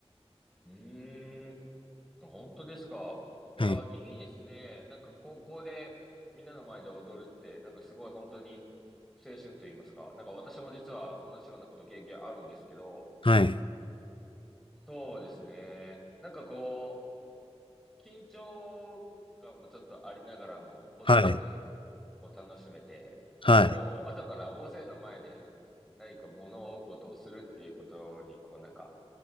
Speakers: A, in the centre; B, on the left.
A: うーん。本当ですか。いや、
B: はい。
A: いいですね。なんか高校でみんなの前で踊るって、なんかすごい本当に青春と言いますか。なんか私も実は同じようなこと経験あるんですけど、
B: はい。
A: そうですね。なんかこう、緊張感もちょっとありながらも、程よくこう楽しめて、
B: はい。はい。
A: なんかこう、後から大勢の前で何か物事をするっていうことに、こうなんか、